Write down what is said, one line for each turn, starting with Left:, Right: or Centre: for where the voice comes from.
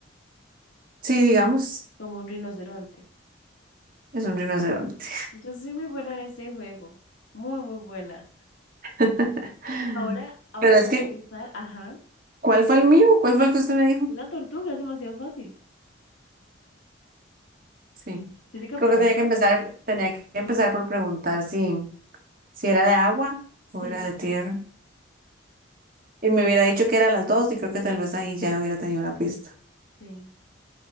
Right: Sí, digamos.
Left: como un rinoceronte.
Right: Es un rinoceronte.
Left: Yo soy muy buena en este juego. Muy, muy buena.
Right: <laughs>
Left: Ahora, ahora
Right: Pero es
Left: voy
Right: que,
Left: a pensar, ajá,
Right: ¿cuál fue el mío? ¿Cuál fue el que usted me dijo?
Left: una tortuga es demasiado fácil.
Right: Sí.
Left: ¿Tiene caparazón?
Right: Creo que tenía que empezar, tenía que empezar por preguntar si, si era de agua
Left: Sí,
Right: o era de tierra. Y me hubiera dicho que eran las dos y creo que tal vez ahí ya hubiera tenido la pista.
Left: sí.